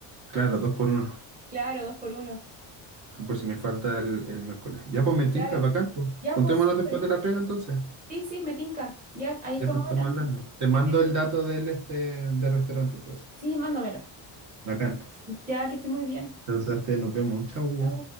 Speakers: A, on the right; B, on the right.
A: Claro, dos por uno,
B: Claro, dos por uno.
A: por si me falta el, el miércoles. Ya, pues me tinca
B: Claro.
A: bacán. pues.
B: Ya,
A: Juntémonos
B: pues, súper.
A: después de la pega entonces.
B: Sí, sí, me tinca. Ya, ahí
A: Ya,
B: estamos
A: pues estamos
B: hablando.
A: hablando. Te mando
B: Que esté-
A: el dato del este del restaurante entonces.
B: Sí, mándamelo.
A: Bacán.
B: Ya, que esté muy bien.
A: Entonces, este, nos vemos. Chau.
B: Chau.